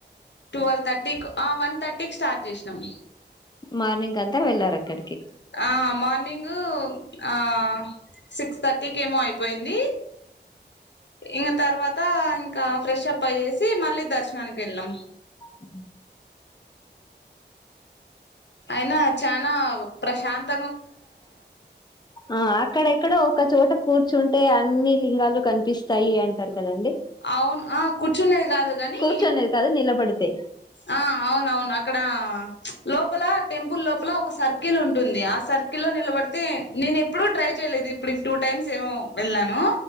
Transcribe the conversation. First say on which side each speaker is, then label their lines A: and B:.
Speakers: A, on the left (about 75°); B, on the left (about 25°).
A: టువల్ థర్టీకి ఆ వన్ థర్టీకి స్టార్ట్ చేసినాం
B: మార్నింగ్ అంతా వెళ్ళారు అక్కడికి
A: ఆ మార్నింగు ఆ సిక్స్ థర్టీకి ఏమో అయి పోయింది ఇంగ తర్వాత ఇంకా ప్రెషప్ అయ్యేసి మళ్ళీ దర్శ్ ర్శనానికెల్లం
B: అ
A: అయినా చానా ప్రశాంత్
B: ఆ అక్కడెక్కడో ఒక చోట కూర్చున్ టే అన్ని లింగాలు కనిపిస్తాయి అంటారు కదండి
A: అవును ఆ కూర్చునేది కాదు కాని
B: కూర్చొనేది కాదు నిలబడితే
A: ఆ అవును అవును అక్కడ లోపల టెంపుల్ లోపల ఒక సర్కిల్ ఉంటుంది ఆ సర్కిల్ లో నిలబడితే నేను ఎప్పుడూ ట్రై చేయలేదు ఇప్పుడు టూ టైమ్స్ ఏమో వెళ్ళాను